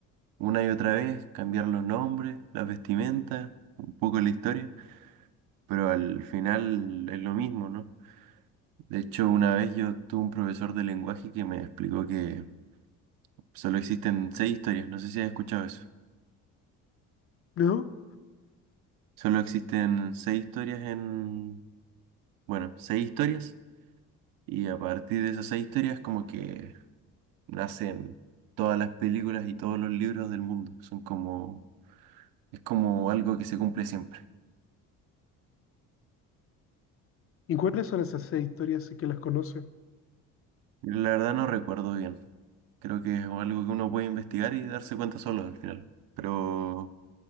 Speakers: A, on the right; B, on the left.
A: una y otra vez, cambiar los nombres, las vestimentas, un poco la historia, pero al final es lo mismo, ¿no? De hecho, una vez yo tuve un profesor de lenguaje que me explicó que solo existen seis historias. No sé si has escuchado eso.
B: ¿no?
A: Solo existen seis historias en, bueno, seis historias. Y a partir de esas seis historias, como que nacen todas las películas y todos los libros del mundo. Son como, es como algo que se cumple siempre.
B: ¿Y cuáles son esas seis historias si que las conoces?
A: Y la verdad no recuerdo bien. Creo que es algo que uno puede investigar y darse cuenta solo al final. Pero